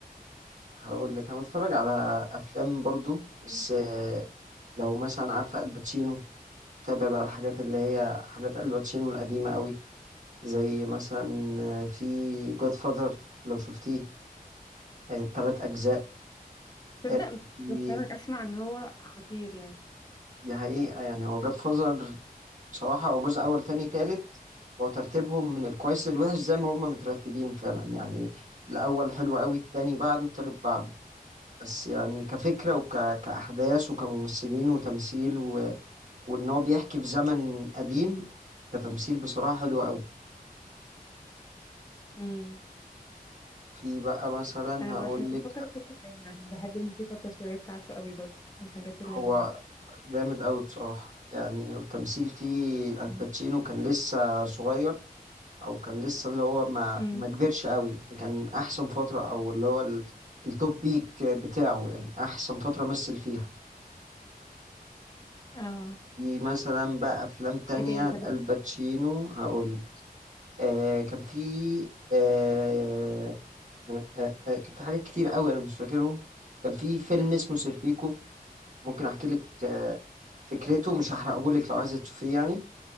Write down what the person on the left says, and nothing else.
ايه؟
تصدق
مش
بس انا اسمع ان هو خطير يعني
امم
انا
بحب
بفكر اشوفه دايما بحب الموسيقى التصويريه بتاعته قوي برضو من الحاجات اللذيذه
امم
أمم.
اه
ايه تاني بحب
تسمعي؟